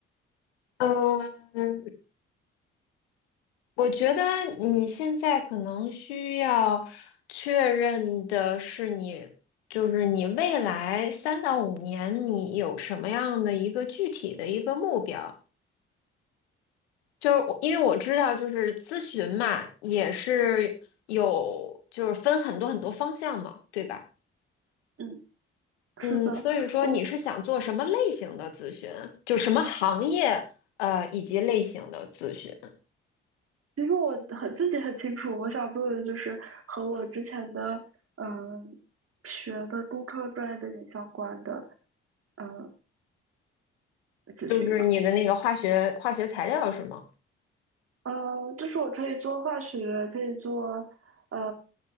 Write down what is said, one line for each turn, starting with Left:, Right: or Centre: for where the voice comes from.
Left: 嗯，我觉得你现在可能需要确认的是你，就是你未来三到五年你有什么样的一个具体的一个目标。就是我因为我知道，就是咨询嘛，也是有就是分很多很多方向嘛，对吧？
Right: 嗯，是的，
Left: 嗯，所以说你是想做什么类型的咨询？
Right: 我
Left: 就什么行业，呃，以及类型的咨询？
Right: 其实我很自己很清楚，我想做的就是和我之前的嗯学的工科专业背景相关的嗯咨询嘛。
Left: 就是你的那个化学化学材料是吗？
Right: 呃，就是我可以做化学，可以做，呃，